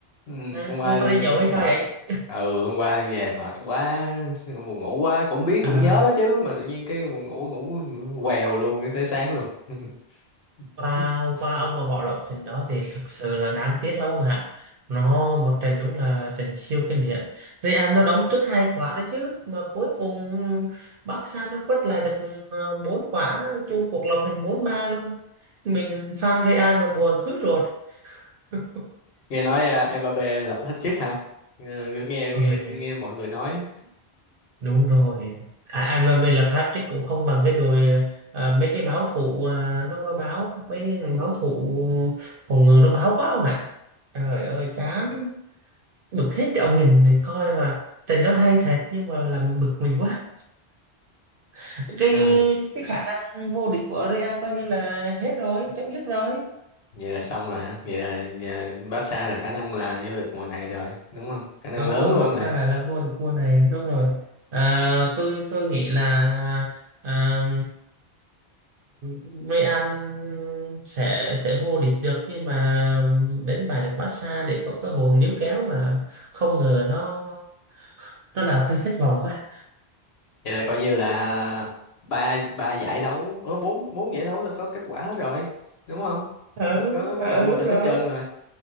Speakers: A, on the left; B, on the right.
A: Ừ,
B: à
A: hôm qua
B: không có đi nhậu hay
A: mệt.
B: sao vậy?
A: Ừ, hôm qua về mệt quá, buồn ngủ quá, cũng biết
B: À,
A: cũng nhớ đó chứ mà tự nhiên cái buồn ngủ ngủ quèo luôn, cái sáng sáng luôn. <laughs> <laughs>
B: và và ông mà bỏ lỡ trận đó thì thực sự là đáng tiếc lắm ông ạ nó một trận đúng là trận siêu kinh điển Real nó đóng trước hai quả đấy chứ mà cuối cùng Barca nó quất lại được ờ, bốn quả chung cuộc lòng thành bốn ba luôn mình fan Real mà buồn thúi ruột <laughs>
A: nghe nói à, Mbappé lập hat-trick hả ừ, nghe
B: Ơi,
A: nghe nghe mọi người nói
B: đúng rồi à, à, mà về là Patrick cũng không bằng cái đội ờ, mấy cái báo thủ à, nó nó báo mấy cái thằng báo thủ phòng ngự nó báo quá không ạ trời ơi chán bực hết cái ông hình coi mà trận đó hay thật nhưng mà làm mình bực mình quá <laughs>
A: ừ
B: cái cái khả năng vô địch của Real coi như là hết rồi chấm dứt rồi
A: vậy là xong rồi hả vậy là, là Barca là khả năng là vô địch mùa này rồi đúng không khả năng
B: đúng
A: lớn
B: rồi
A: luôn
B: Barca
A: rồi
B: lại là vô địch mùa này đúng rồi à, tôi tôi nghĩ là à, Real sẽ sẽ vô địch được nhưng mà đánh bại được Barca để có cơ hội níu kéo mà không ngờ nó nó làm tôi thất vọng quá
A: vậy là coi như là ba ba giải đấu ớ, bốn bốn giải đấu là có kết quả hết rồi đúng không
B: ừ,
A: có có
B: ừ
A: đội vô
B: đúng
A: địch
B: rồi
A: hết trơn rồi